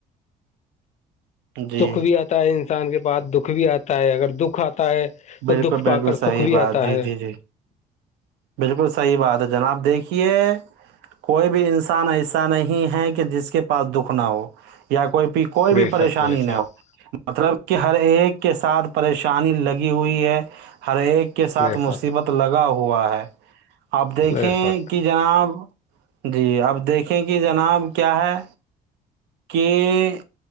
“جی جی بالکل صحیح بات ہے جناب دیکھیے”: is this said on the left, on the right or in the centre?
Right